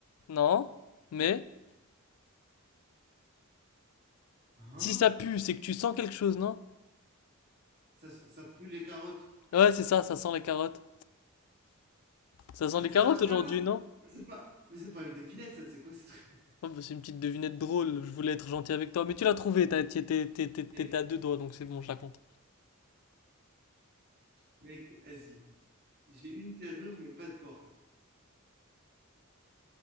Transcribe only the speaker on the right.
Hein?
Ça, ça pue les carottes.
Ça
n'a aucun
sens.
Mais c'est pas, mais c'est pas une devinette, ça, c'est quoi ce truc?
<laughs> Eh,
Mec, vas-y. J'ai une serrure, mais pas de porte.